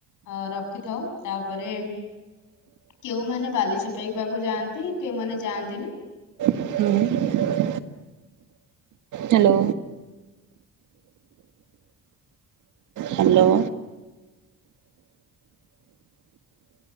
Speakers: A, on the left (about 90°); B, on the right (about 80°).
A: ଅ ରଖିଥାଉ ତାପରେ କେଉଁମାନେ ବାଲି ଛପେଇବାକୁ ଯାଆନ୍ତି କେଉଁମାନେ ଯାଆନ୍ତିନି।
B: ହୁଁ। ହାଲୋ। ହାଲୋ।